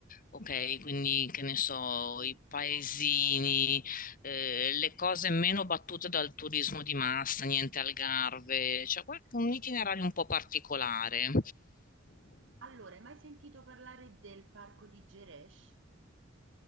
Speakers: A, on the left (about 45°); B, on the right (about 65°).
A: ok? Quindi che ne so,
B: sì.
A: i paesini eh, le cose meno battute dal turismo di massa, niente Algarve, cioè qual- un itinerario un po' particolare.
B: Allora, hai mai sentito parlare del parco di Geresh?